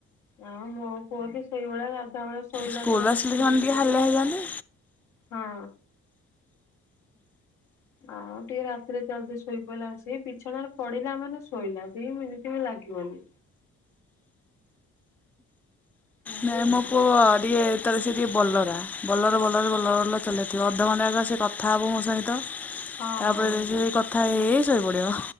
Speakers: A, on the left; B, in the centre.
A: ଆ ମୋ ପୁଅ ବି ସେଇଭଳିଆ ଗାଧୁଆବେଳେ ଶୋଇଲାନି
B: ସ୍କୁଲ
A: ଜମା
B: ଆସିଲେ
A: ଚିଲେଇ
B: ସେମାନେ ଟିକେ
A: ଚିଲେଇ,
B: ହାଲିଆ ହେଇଯାଆନ୍ତି।
A: ହଁ। ଆଉ ଟିକେ ରାତିରେ ଜଲଦି ଶୋଇ ପଡ଼ିଲା। ସେ ବିଛଣାରେ ପଡିଲା ମାନେ ଶୋଇଲା ଦି ମିନିଟ ବି ଲାଗିବନି। ଏଇ
B: ନାଇଁ ମୋ
A: ଆଉ
B: ପୁଅ ଟିକେ ତାପରେ ସିଏ ଟିକେ ବଲରା। ବଲର ବଲର ବଲର ବଲର ଚଲେଇଥିବ ଅଧଘଣ୍ଟା ଆଗ ସେ କଥା ହେବ ମୋ ସହିତ
A: ହଁ
B: ତାପରେ
A: ହଁ
B: ଧିରେ ଧିରେ କଥା ହେଇ ହେଇ ଶୋଇ ପଡିବ।